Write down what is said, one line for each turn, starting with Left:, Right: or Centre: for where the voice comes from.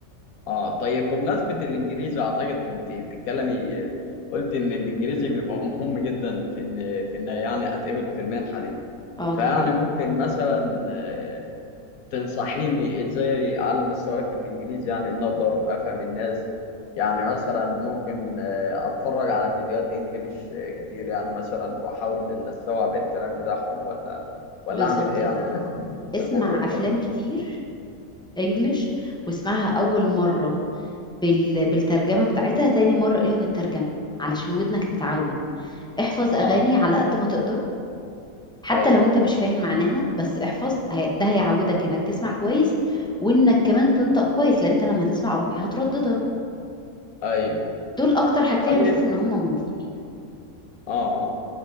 Left: اه طيب بمناسبة الانجليزي اعتقد وانت بتتكلمي قلت ان الانجليزي بيبقى مهم جدا في ان في ان يعني اتقبل في المنحة دي
Centre: اه دي
Left: فيعني
Centre: حقيقه
Left: ممكن مثلا آه، تنصحيني ازاي اعلي مستواي في الانجليزي يعني ان اقدر افهم الناس يعني مثلا ممكن آه، اتفرج على فيديوهات انجليش آه، كتير يعني مثلا واحاول ان استوعب الكلام بتاعهم ولا ولا
Centre: بالظبط
Left: اعمل ايه يعني
Centre: كده
Left: في
Centre: اسمع
Left: في الموضوع
Centre: افلام كتير انجلش واسمعها اول مره بال... بالترجمه بتاعتها تاني مره الغي الترجمه علشان ودنك تتعود احفظ
Left: اه
Centre: اغاني على قد ما تقدر حتى
Left: ايوه
Centre: لو انت مش فاهم معناها بس احفظ هي- ده هيعودك انك تسمع كويس وانك كمان تنطق كويس لان انت لما هتسمع اغنية هترددها
Left: ايوه
Centre: دول اكتر حاجتين
Left: طيب
Centre: بشوف ان هم مفيدين
Left: اه اه